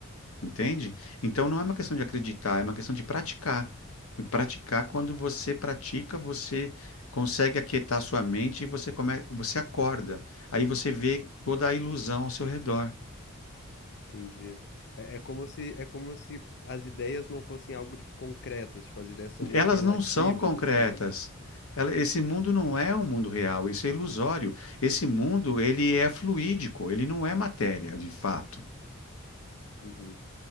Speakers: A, on the left; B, on the left.
A: entende? Então não é uma questão de acreditar, é uma questão de praticar. E Praticar, quando você pratica, você consegue aquietar sua mente e você come, você acorda. Aí você vê toda a ilusão ao seu redor.
B: Entendi. É, é como se, é como se as ideias não fossem algo, tipo, concretas. Tipo, as ideias são meio
A: Elas
B: que relativas,
A: não são concretas.
B: assim.
A: Ela- esse mundo não é um mundo real, isso é ilusório. Esse mundo,
B: Uhum.
A: ele é fluídico, ele não é matéria, de fato.
B: Uhum.